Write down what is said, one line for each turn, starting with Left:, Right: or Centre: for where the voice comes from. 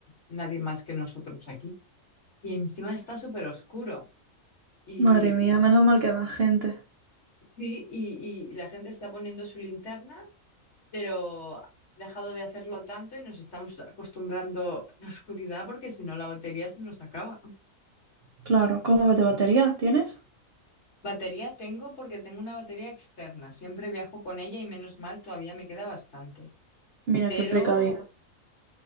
Left: nadie más que nosotros aquí. Y encima está súper oscuro. Y,
Right: Madre mía,
Left: y,
Right: menos mal que hay más gente.
Left: sí, y, y la gente está poniendo su linterna, pero ha dejado de hacerlo tanto y nos estamos acostumbrando a la oscuridad porque si no la batería se nos acaba.
Right: Claro, ¿cómo va de batería tienes?
Left: Batería tengo porque tengo una batería externa. Siempre viajo con ella y menos mal, todavía me queda bastante.
Right: Mira
Left: Pero,
Right: qué precavida.